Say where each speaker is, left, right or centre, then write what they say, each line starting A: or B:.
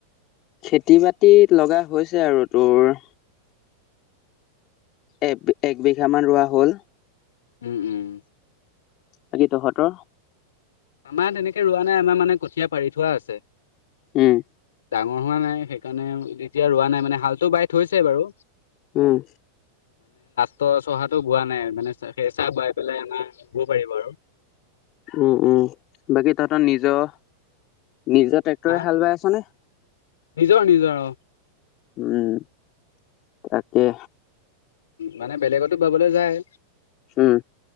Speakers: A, on the left; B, on the left.
A: খেতি বাতি লগা হৈছে আৰু তোৰ এক - এক বিঘা মান ৰোৱা হ'ল।
B: উম - উম।
A: বাকী তহতৰ?
B: আমাৰ তেনেকে ৰোৱা নাই আমাৰ মানে কঠীয়া পাৰি থোৱা আছে।
A: হম।
B: ন হোৱা নাই সেইকাৰণে তেতিয়া ৰোৱা নাই মানে হালটো বৱাই থৈছে বাৰু।
A: উম।
B: ত, চহাটো গোৱা নাই মানে চ সেই চাহ বোৱাই পেলাই আমাৰ ধব পাৰিব আৰু।
A: উম - উম বাকী তহতৰ নিজৰ নিজৰ ট্ৰেক্টৰে
B: হা
A: হাল বৱাই আছ নে?
B: নিজৰ - নিজৰ অ‌,
A: উম তাকে
B: মানে বেলেগতো বাবলৈ যায়।
A: হম।